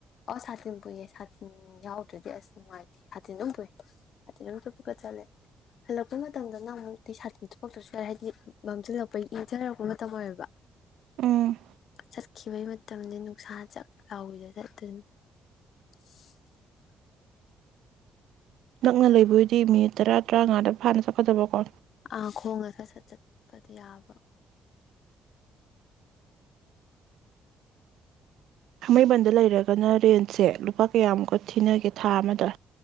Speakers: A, on the left; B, on the right.
A: ꯑꯣ ꯁꯥꯇꯤꯟ ꯄꯨꯏꯌꯦ ꯁꯥꯇꯤꯟ ꯌꯥꯎꯗ꯭ꯔꯗꯤ ꯑꯁ ꯅꯨꯡꯉꯥꯏꯇꯦ ꯁꯥꯇꯤꯟ ꯑꯗꯨꯝ ꯄꯨꯏ ꯁꯥꯇꯤꯟ ꯑꯗꯨꯝ ꯊꯨꯞꯄꯒ ꯆꯠꯂꯦ ꯍꯜꯂꯛꯄ ꯃꯇꯝꯗꯅ ꯑꯃꯨꯛꯇꯤ ꯁꯥꯇꯤꯟ ꯊꯨꯞꯄꯛꯇ꯭ꯔꯁꯨ ꯌꯥꯔꯦ ꯍꯥꯏꯗꯤ ꯃꯥꯡꯁꯤꯜꯂꯛꯄ ꯃꯇꯝ ꯑꯣꯏꯔꯦꯕ
B: ꯎꯝ
A: ꯆꯠꯈꯤꯕꯒꯤ ꯃꯇꯝꯗꯤ ꯅꯨꯡꯁꯥ ꯆꯥꯛ ꯂꯥꯎꯋꯗ ꯆꯠ꯫ <unintelligible>
B: ꯅꯛꯅ ꯂꯩꯕꯣꯏꯗꯤ ꯃꯤꯅꯤꯠ ꯇꯔꯥ ꯇꯔꯥꯉꯥꯗ ꯐꯥꯅ ꯆꯠꯀꯗꯕꯀꯣ꯫
A: ꯑꯥ ꯈꯣꯡꯅ ꯁꯠ ꯁꯠ ꯆꯠꯄꯗꯤ ꯌꯥꯕ ꯑꯗꯣ
B: ꯊꯥꯡꯃꯩꯕꯟꯗ ꯂꯩꯔꯒꯅ ꯔꯦꯟꯁꯦ ꯂꯨꯄꯥ ꯀꯌꯥꯃꯨꯛꯀ ꯊꯤꯅꯒꯦ ꯊꯥ ꯑꯃꯗ꯫